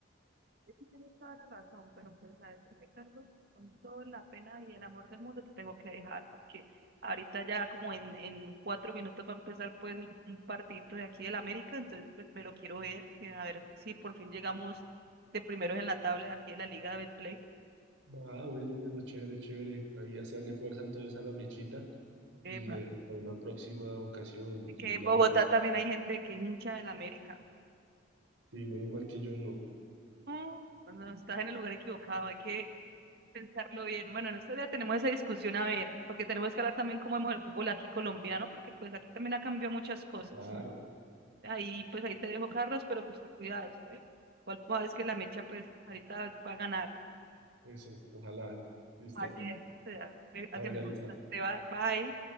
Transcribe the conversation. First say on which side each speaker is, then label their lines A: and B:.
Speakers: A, on the right (about 50°); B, on the right (about 80°).
A: Sí, Tienes toda la razón, pero pues sabes qué, Carlos, con toda la pena y el amor del mundo te tengo que dejar, porque ahorita ya como en, en cuatro minutos va a empezar pues el- un partidito de aquí del América, entonces pues pero quiero ver que a ver si por fin llegamos de primeros en la tabla de aquí de la Liga de Betplay.
B: Ah, bueno, bueno, chévere, chévere. Ahí hacerle fuerza entonces a la mechita y
A: Epa,
B: eh, hasta una próxima ocasión,
A: y que
B: Yaritza.
A: en Bogotá también hay gente que es hincha del América.
B: Sí, menos mal que yo no.
A: No, no no, estás en el lugar equivocado, hay que Pensarlo bien. Bueno, en estos días tenemos esa discusión a ver, porque tenemos que hablar también cómo vemos el fútbol aquí colombiano, porque pues aquí también ha cambiado muchas cosas.
B: Claro,
A: Ahí, pues ahí te dejo, Carlos, pero pues te cuidas, ¿eh? Igual pues, sabes que la mecha, pues ahorita va a ganar.
B: eso, ojalá. Listo.
A: Así es, o sea, me- hacen-
B: Chao, Yaritza.
A: te va, bye.